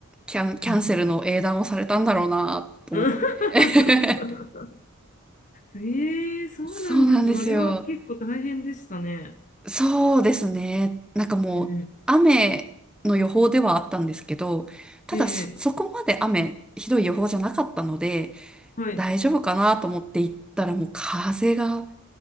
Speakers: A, in the centre; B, on the left.
A: キャン、キャンセルの英断をされたんだろうなと思って。
B: はいはい。<laughs> うん
A: <laughs>
B: ええそうなんです。
A: そうなんですよ。
B: それは結構大変でしたね。
A: そうですね。なんかもう、
B: うん。
A: 雨の予報ではあったんですけど、ただそ、
B: ええ
A: そこまで雨、ひどい予報じゃなかったので、
B: はい。
A: 大丈夫かなと思って行ったらもう風が